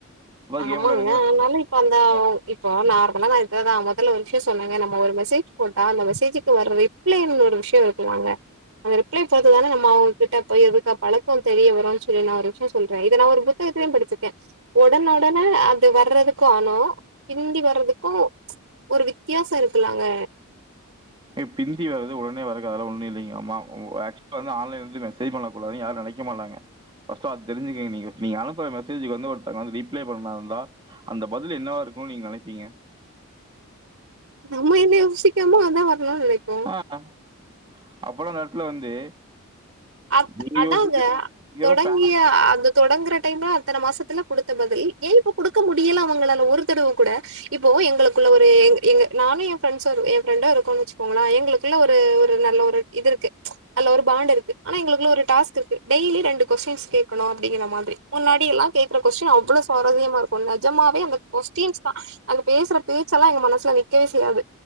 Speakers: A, on the right; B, on the right.
A: அப்பா
B: ஆமாங்க
A: கேம் விளையாடுங்க
B: ஆனாலும் இப் இப்ப அந்த
A: சொல்லுவோம்.
B: இப்போ நார்மலா இத தான் மொதல்ல ஒரு விஷயம் சொன்னங்க நம்ம ஒரு மெசேஜ் போட்டா அந்த மெசேஜுக்கு வர்ர ரீப் லென்னு ஒரு விஷயம் இருக்குதாங்க அந்த ரிப்ளே பத்துதானே நம்ம அவங்ககிட்ட போய் இருக்க பழக்கம் தெரிய வரும்னு சொல்லி நான் ஒரு விஷயம் சொல்றேன் இது நான் ஒரு புத் தகத்துலயும் படிச்சிருக்கேன் ஒடனஒடனே அது வர்றதுக்கும் ஆனும் பிந்தி வர்றதுக்கும் ச்சி ஒரு வித்தியாசம் இருக்குலேங்க
A: ஏய் பிந்திவரது ஒடனே வறது அதெல்லாம் ஒன்னு இல்லிங்க ஆமா ஆக்க்ஷுலா வந்து ஆன்லைன்ல இருந்து மெசஜ் பண்ண கூடாது யாரு நெனைக் க மாட்டாங்க ஃபஸ்டு அத தெரிஞ்சுங்க நீங்க ஃபஸ்ட் நீங்க அனுப்புற மெசேஜ்ஜுகு வந்து ஒருத்தவுங்க ரீப்ளே பண்ணாமருந்தா அந்த பதிலு என்னவா இருக்கும்னு நீங்க நெனைப்பீங்க
B: நம்ம என்ன யோசிக்ரமோ அதான் வரனும்னு நெனைப்போம்
A: அ அங் அப்பல்லாம் அந்த நேரத்துல வந்து
B: அத்
A: நீங்க
B: அதாங்க
A: யோசிச்சு
B: தொடங்கிய
A: ஏதோ பே
B: அது தொடங்குற டைம்ல அத்தன மாசத்துல குடுத்த பதில் ஏன் இப்ப குடுக்க முடியல அவுங்களால ஒரு தடவ கூட இப்போ எங்களுக்குள்ள ஒரு எங்க எங்க நானும் என் ஃப்ரண்ஷும் என் ஃப்ரண்டோ இருக்கோன்னு வச்சுக்கோங்களேன் எங்களுக் குள்ள ஒரு ஒரு நல்ல ஒரு இது இருக்கு நல்ல ஒரு பாண்டுருக்கு ஆனா எங்களுக்குள்ள ஒரு டாஸ்க்கு இருக்கு டெய்லி ரெண்டு கொஸ்டின்ஸ் கேக்கணும் அப்டிங்ற மாதிரி முன்னாடி எல்லாம் கேக் ற கொஸ்டின் அவ்ள சுவாரசியமா இருக் கும் நெஜமாவே அந்த கொஸ்டின்ஸ் தான் அங்க பேசுற பேச்செல்லாம் எங்க மனசுல நிக்கவே செய்யாது